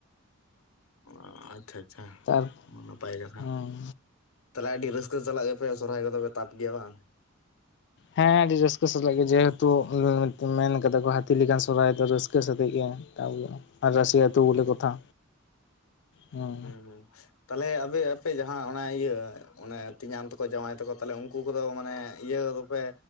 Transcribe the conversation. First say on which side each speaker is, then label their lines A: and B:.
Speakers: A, on the left; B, on the left.
A: ᱚ ᱟᱪᱪᱷᱟ ᱟᱪᱪᱷᱟ
B: ᱛᱟᱨ
A: ᱱᱟᱯᱟᱭ ᱠᱟᱛᱷᱟ
B: ᱦᱩᱸ
A: ᱛᱟᱦᱞᱮ ᱟᱹᱰᱤ ᱨᱟᱹᱥᱠᱟᱹ ᱥᱟᱞᱟᱜᱼᱼ ᱯᱮ ᱥᱚᱨᱦᱟᱭ ᱠᱚᱫᱚ ᱯᱮ ᱛᱟᱯ ᱜᱮᱭᱟ ᱵᱟᱝ᱾
B: ᱦᱮᱸ ᱟᱹᱰᱤ ᱨᱟᱹᱥᱠᱟᱹ ᱥᱟᱞᱟᱜ ᱜᱮ ᱡᱮᱦᱮᱛᱩ ᱢᱮᱱ ᱠᱟᱫᱟ ᱠᱚ ᱦᱟᱹᱛᱤ ᱞᱮᱠᱟᱱ ᱥᱚᱨᱦᱟᱭ ᱫᱚ ᱨᱟᱹᱥᱠᱟᱹ ᱥᱟᱛᱮᱜ ᱜᱮ᱾ <unintelligible> ᱨᱟᱥᱤ ᱟᱹᱛᱩ ᱵᱚᱞᱮ ᱠᱚᱛᱷᱟ ᱦᱮᱸ᱾
A: <unintelligible> ᱛᱟᱦᱟᱞᱮ ᱟᱯᱮ ᱟᱯᱮ ᱡᱟᱦᱟᱸ ᱚᱱᱟ ᱤᱭᱟᱹ ᱚᱱᱮ ᱛᱮᱧᱟᱝ ᱛᱟᱠᱚ ᱡᱟᱶᱟᱭ ᱛᱟᱠᱚ ᱛᱟᱦᱞᱮ ᱩᱱᱠᱩ ᱠᱚᱫᱚ ᱢᱟᱱᱮ ᱤᱭᱟᱹ ᱫᱚᱯᱮ